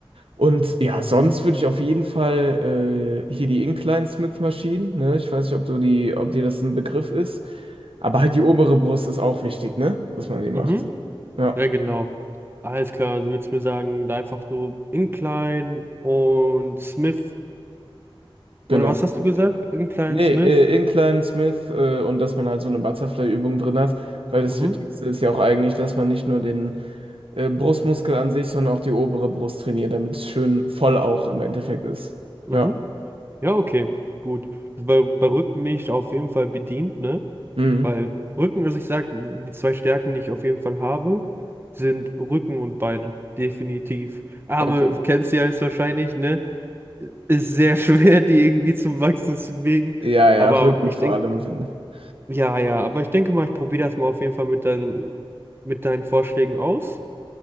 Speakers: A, on the right; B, on the right.
A: Und ja, sonst würde ich auf jeden Fall äh, hier die Incline-Smith-Maschinen, ne? Ich weiß nicht, ob du die, ob dir das ein Begriff ist, aber halt die obere Brust ist auch wichtig, ne? Dass man die macht.
B: Mhm.
A: Ja.
B: Ja, genau. Alles klar, also willst du mir sagen, da einfach so Incline und Smith.
A: Genau.
B: Oder was hast du gesagt? Incline,
A: Nee,
B: Smith.
A: äh, Incline, Smith äh, und dass man halt so eine Butterfly-Übung drin hat, weil das
B: Mhm.
A: Wichtigste ist ja auch eigentlich, dass man nicht nur den äh, Brustmuskel an sich, sondern auch die obere Brust trainiert, damit es schön voll auch im Endeffekt ist.
B: Mhm.
A: Ja.
B: Ja, okay. Gut. Also bei, bei Rücken bin ich auf jeden Fall bedient, ne?
A: Mhm.
B: Weil Rücken, also ich sag, die zwei Stärken, die ich auf jeden Fall habe, sind Rücken und Beine. Definitiv. Arme,
A: Okay.
B: kennst du ja jetzt wahrscheinlich, ne? Ist sehr <laughs> schwer, die irgendwie zum Wachsen zu bewegen.
A: Ja, ja,
B: Aber
A: Rücken
B: ich
A: vor
B: denke,
A: allem finde ich.
B: ja, ja, aber ich denke mal, ich probiere das mal auf jeden Fall mit deinen, mit deinen Vorschlägen aus.